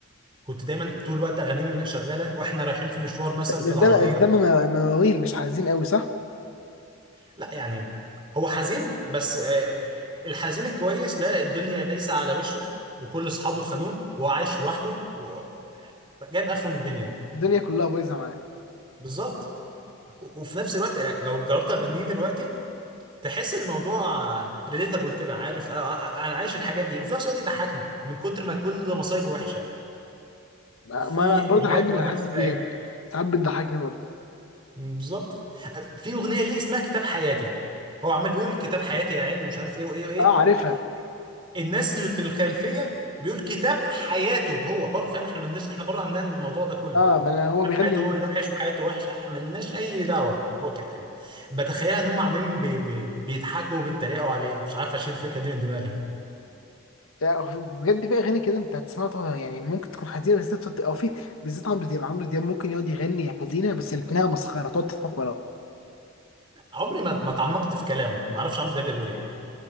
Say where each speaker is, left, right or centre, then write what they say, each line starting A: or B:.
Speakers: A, on the right (about 25°); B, on the left (about 70°).
A: كنت دايما طول الوقت اغانيه من- شغاله واحنا رايحين في مشوار مثلا
B: ده-
A: في
B: مش
A: العربيه
B: ده بقى- ده م- مواويل مش عايزين قوي صح؟
A: لا يعني هو حزين بس آه، الحزين الكويس لا الدنيا دايسة على وشه وكل اصحابه خانوه وهو عايش لوحده و- آه، جايب اخره من الدنيا
B: الدنيا كلها بايظه معاه
A: بالظبط و- وفي نفس الوقت آه، لو جربت اغنيه دلوقتي تحس الموضوع ريليتابل كده عارف آه، آه، آه، انا عايش الحاجات دي وفي نفس الوقت يضحكني من كتر ما كل مصايبه وحشه
B: ما
A: في
B: ما انا برضه
A: اغنيه
B: لحد
A: كان
B: ما
A: لك
B: لحد
A: اسمها
B: بي-
A: ايه
B: ساعات بتضحكني برضه
A: بالظبط آه، في اغنيه ليه اسمها كتاب حياتي هو عمال بيقول كتاب حياتي يا عين ومش عارف ايه وايه وايه
B: اه عارفها
A: الناس اللي في الخلفيه بيقول كتاب حياته هو برضه فاهم احنا مالناش احنا بره عندنا الموضوع ده كله
B: اه ما انا هو
A: كتاب
B: بيغني
A: حياته
B: لنفسه.
A: هو اللي وحش وحياته وحشه احنا مالناش اي دعوه هو كتاب بتخيلها ان هم عمالين بي بي بيضحكوا وبيتريقوا عليه مش عارف اشيل الفكره دي من دماغي
B: يعني بجد في اغاني كده انت هتسمعها طبعا يعني ممكن تكون حزينه بس تقعد- او في بالذات عمرو دياب عمرو دياب ممكن يقعد يغني حزينه بس لكنها مسخره تقعد تضحك وراه
A: عمري ما ما اتعمقت في كلامه ما اعرفش عمرو دياب ده بيقول ايه